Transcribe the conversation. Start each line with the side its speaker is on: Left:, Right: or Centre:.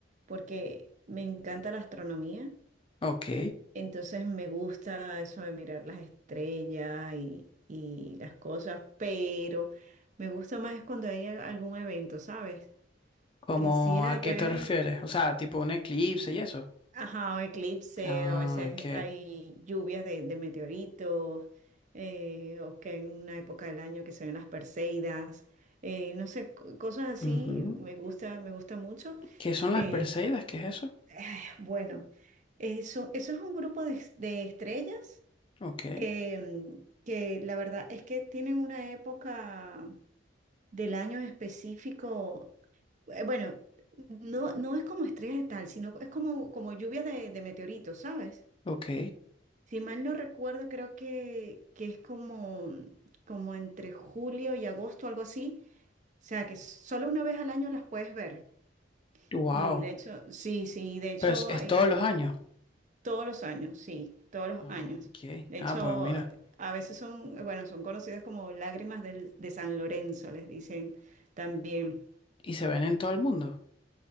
Right: porque me encanta la astronomía,
Left: Ok,
Right: entonces me gusta eso de mirar las estrellas y, y las cosas, pero me gusta más es cuando hay a- algún evento, ¿sabes?
Left: ¿cómo
Right: Que sí, ah,
Left: a
Right: que
Left: qué
Right: viene,
Left: te refieres? O sea, tipo un eclipse y eso.
Right: Ajá, un eclipse,
Left: Ah,
Right: a veces
Left: ok.
Right: hay lluvias de, de meteoritos, eh, o que en una época del año que se ven las Perseidas, eh, no sé, co- cosas así
Left: Ujú.
Right: me gusta, me gusta mucho.
Left: ¿Qué son las
Right: Eh,
Left: Perseidas? ¿Qué es eso?
Right: <laughs> bueno, eso, eso es un grupo de, es- de estrellas
Left: Ok,
Right: em, que la verdad es que tienen una época del año en específico, eh, bueno, no, no es como estrellas de tal, sino es como, como lluvias de, de meteoritos, ¿sabes?
Left: ok.
Right: Si mal no recuerdo, creo que, que es como, como entre julio y agosto, algo así. O sea, que solo una vez al año las puedes ver.
Left: Wow.
Right: Y de hecho, sí, sí, de hecho,
Left: Pero es, es
Right: hay
Left: todos los años.
Right: todos los años, sí, todos los
Left: Ah,
Right: años.
Left: Ok.
Right: De hecho,
Left: Ah, pues mira.
Right: a veces son, bueno, son conocidas como lágrimas del- de San Lorenzo, les dicen también.
Left: ¿Y se ven en todo el mundo?